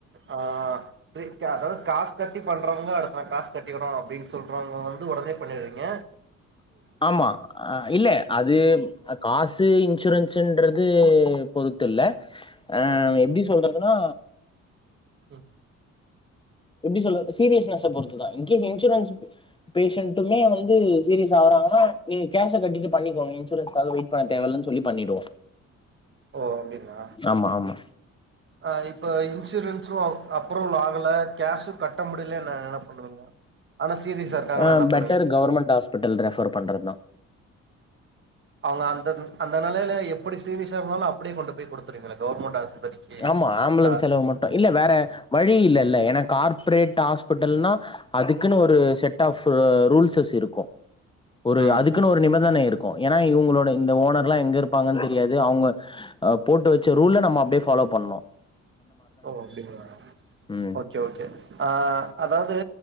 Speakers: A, on the right; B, on the left.
A: ஆ ப்ரீ கா அதாது காசு கட்டி பண்றவங்க அடுத்து நா காசு கட்டிக்கிறோ அப்டின்னு சொல்றவங்க வந்து உடனே பண்ணிட்றீங்க
B: ஆமா ஆ இல்ல அது காசு இங் இன்சூரன்ஸ் இன்றது பொருத்து இல்ல ஆஹ்
A: ம்
B: எப்டி சொல்ற ன்னா
A: ம்
B: எப்டி சொல்ல சீரியஸ்னஸ பொறுத்துதா இன்கேஸ் இன்சூரன்ஸ் பேசெண்ட்டுமே வந்து சீரியஸ் ஆகுறாங்கன்னா நீங்க கேஷ கட்டிட்டு பண்ணிக்கோங்க இன்சூரன்ஸ்க்காக வெயிட் பண்ண தேவயில்லன்னு சொல்லி பண்ணிடுவோ
A: ஓ அப்டின்னா
B: ஆமா ஆமா
A: ஆஹ் இப்ப இன்சூரன்ஸ் சோ அப்ரூவல் ஆகல கேஷு கட்ட முடிலன்னா என்ன பண்ணுவீங்க ஆனா சீரிஸா இருக்காங்கன்னா
B: ஆ
A: என்ன
B: பெட்டர்
A: பண்ணுவீங்க
B: கவர்மெண்ட் ஹாஸ்பிட்டல் ரெஃபர் பண்றதுதா
A: அவங்க அந்த அந்த நெலைல எப்படி சீரியஸ்ஷா இருந்தாலு அப்டியே கொண்டு போய் கொடுத்ருவீங்களா கவர்மெண்ட் ஆஸ்பத்திரிக்கு
B: ஆமா ஆம்புலன்ஸ்
A: ஆ
B: செலவு மட்டும் இல்ல வேற வழி இல்ல இல்ல ஏன்னா கார்ப்ரேட் ஹாஸ்பிட்டல்னா அதுக்குன்னு ஒரு செட் ஆஃப் ப்ப ரூல்ஸஸ் இருக்கும் ஒரு
A: ம்
B: அதுக்குன்னு ஒரு நிபந்தனே இருக் ஏன்னா இவங்களோட இந்த ஓனர்லாம் எங்க இருப்பாங்கன்னு தெரியாது அவங்க போட்டு வச்ச ரூல்ல நம்ம அப்படியே ஃபா ஃபாலோ பண்ணும்
A: ஓ அப்டிங்களா
B: ம்
A: ஓக்கே ஓக்கே ஆஹ் அதாவ்து